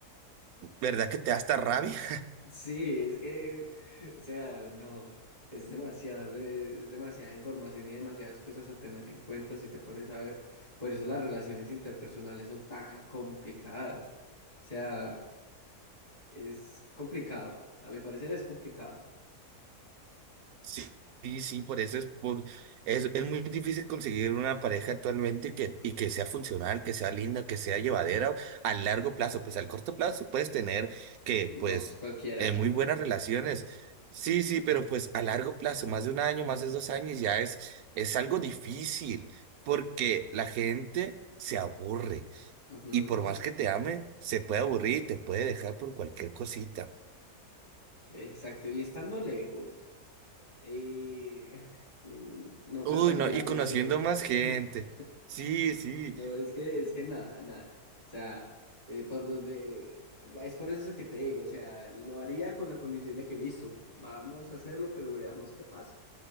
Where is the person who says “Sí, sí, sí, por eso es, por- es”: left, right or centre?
Right